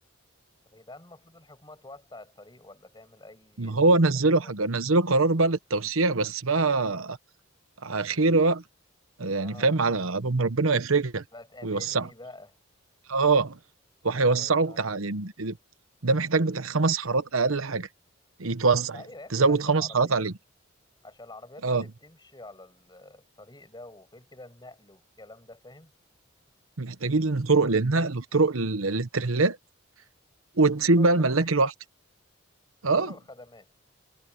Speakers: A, on the left; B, on the right.
A: طب يا جدعان المفروض الحكومة توسع الطريق ولا تعمل اي
B: ما هو نزلوا
A: اي حوار
B: حاجه نزلوا قرار بقى للتوسيع بس بقى على خير بقى يعني
A: اه
B: فاهم على قبل ما ربنا يفرجها
A: بقى تقابلني
B: ويوسعها
A: بقى
B: اه وهيوسعوا
A: ايوه أيوة، فهمت
B: بتاع يعني ده محتاج بتاع خمس حارات اقل حاجه يتوسع
A: ايوه
B: يعني.
A: يا ابني
B: تزود
A: عشان
B: خمس
A: العربيات
B: حارات عليه
A: عشان العربيات
B: اه
A: اللي بتمشي على ال- الطريق ده وغير كده النقل والكلام ده فاهم
B: محتاجين طرق للنقل وطرق لل- للتريلات وتسيب
A: وطرق
B: بقى الملاك
A: خدمات
B: لوحده
A: وطرق
B: اه
A: خدمات